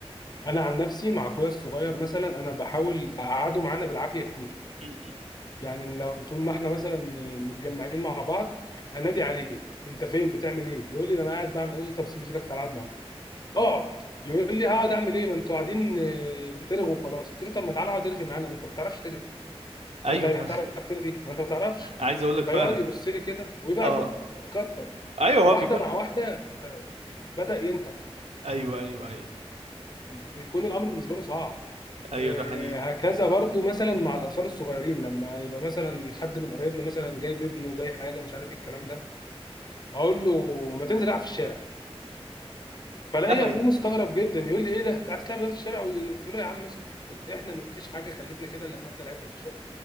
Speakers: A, on the left; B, on the right.
A: انا عن نفسي مع اخويا الصغير مثلا انا بحاول اقعده معانا بالعافية كتير
B: مم.
A: يعني لو طول ما احنا مثلا متجمعين مع بعض انادي عليه انت فين بتعمل ايه يقول لي انا قاعد بعمل ايه طب سيبني سيبك تعالى اقعد معايا اقعد يقول لي هقعد اعمل ايه ما انتوا قاعدين آه، بترغوا وخلاص قلت له طب ما تعالى اقعد ارغي معانا ما انت ما بتعرفش ترغي
B: أيوه
A: هو انت يعني
B: <laughs>
A: هتعرف ترغي ما انت ما بتعرفش
B: عايز أقول لك
A: فيقعد
B: فعلا
A: يبص لي كده ويبقى
B: اه
A: قاعد متكتر
B: ايوه هو
A: واحده
B: بيكون
A: مع واحده بدا ينطق
B: ايوه ايوه ايوه
A: بيكون الامر بالنسبه له صعب
B: ايوه
A: آه،
B: ده حقيقي
A: هكذا برضو مثلا مع الاطفال الصغيرين لما يبقى مثلا حد من قرايبنا مثلا جايب ابنه جاي حاجه مش عارف إيه الكلام ده اقول له ما تنزل العب في الشارع فلاقي
B: لا
A: ابوه
B: هي
A: مستغرب جدا يقول لي ايه ده انت عايز تلعب دلوقتي في الشارع قلت له يا عم اسكت احنا مفيش حاجه خلتنا كده لان احنا لعبنا في الشارع